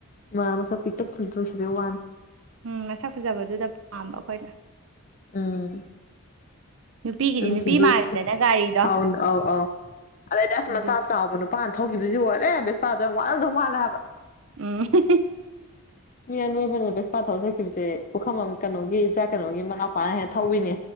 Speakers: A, on the left; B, on the right.
A: ꯃꯥ ꯃꯁꯥ ꯄꯤꯛꯇꯛ ꯇꯗꯣꯏꯁꯤꯕ ꯋꯥꯅꯦ꯫
B: ꯎꯝ ꯃꯁꯛ ꯐꯖꯕꯗꯨꯗ ꯄꯥꯝꯕ ꯑꯩꯈꯣꯏꯅ꯫
A: ꯎꯝ꯫
B: ꯅꯨꯄꯤꯒꯤꯗꯤ
A: ꯑꯗꯨꯝ
B: ꯅꯨꯄꯤ
A: ꯊꯤꯕꯤꯁ
B: ꯃꯥꯜꯂꯤꯗꯅ ꯒꯥꯔꯤꯗꯣ
A: ꯑꯧꯅ ꯑꯧ ꯑꯧ ꯑꯗꯨꯗꯩ
B: ꯑꯗꯨꯒꯤ
A: ꯃꯁꯥꯥ ꯆꯥꯎꯕ ꯅꯨ ꯄꯥꯅ ꯊꯧꯈꯤꯕꯁꯤ ꯑꯣꯏꯔꯦ ꯕꯤꯁꯄꯥꯗꯣ ꯌꯥꯝ ꯋꯥꯔꯝꯗꯧ ꯃꯥꯜꯂꯦ ꯍꯥꯏꯕ꯫
B: ꯎꯝ <unintelligible>
A: ꯃꯤ ꯑꯅꯣꯏꯕꯅ ꯕꯦꯁꯄꯥ ꯊꯧꯆꯠꯈꯤꯕꯁꯦ ꯄꯨꯈꯝꯕꯝ ꯀꯩꯅꯣꯒꯤ ꯏꯆꯥ ꯀꯩꯅꯣꯒꯤ ꯃꯅꯥꯎꯄꯥꯅ ꯍꯦꯛ ꯊꯧꯏꯅꯦ꯫